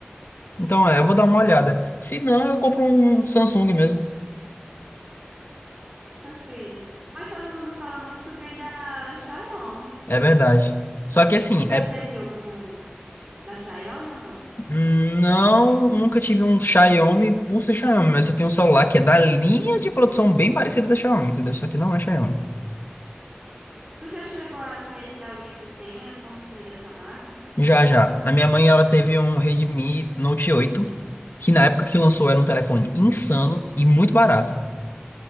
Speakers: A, on the left; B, on the right.
A: Então, é, eu vou dar uma olhada. Se não, eu compro um Samsung mesmo.
B: meu filho. Mas todo mundo fala muito bem da, da Xiaomi.
A: É verdade. Só que assim,
B: Tu já
A: é,
B: teve algum da Xiaomi ou não?
A: não, nunca tive um Xiaomi por ser Xiaomi, mas eu tenho um celular que é da linha de produção bem parecida da Xiaomi, entendeu? Só que não é Xiaomi.
B: Tu já chegou a conhecer alguém que tenha consumido essa marca?
A: Já, já. A minha mãe, ela teve um Redmi Note oito, que na época que lançou era um telefone insano e muito barato.